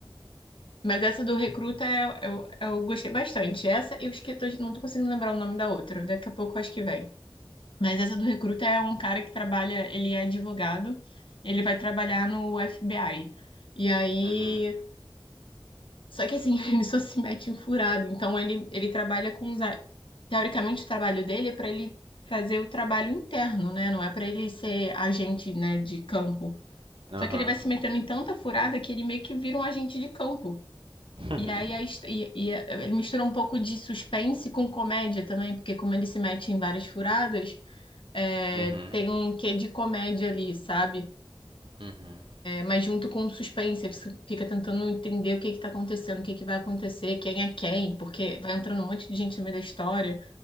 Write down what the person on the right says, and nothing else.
Uhum.
Aham.
<laughs>
Uhum.
Uhum.